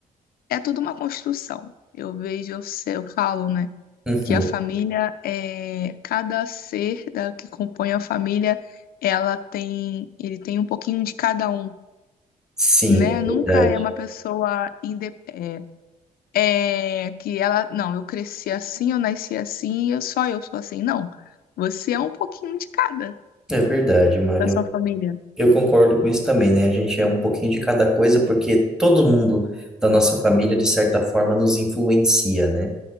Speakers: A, on the left (about 80°); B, in the centre.
A: é tudo uma construção. Eu vejo, eu, se- eu falo, né,
B: Uhum.
A: que a família é cada ser da que compõe a família, ela tem, ele tem um pouquinho de cada um,
B: Sim,
A: né?
B: é verdade.
A: Nunca é uma pessoa inde, é, é, que ela, não, eu cresci assim, eu nasci assim, eu só eu sou assim. Não, você é um pouquinho de cada
B: É verdade, Mário.
A: da sua família.
B: Eu concordo com isso também, né? A gente é um pouquinho de cada coisa, porque todo mundo da nossa família, de certa forma, nos influencia, né?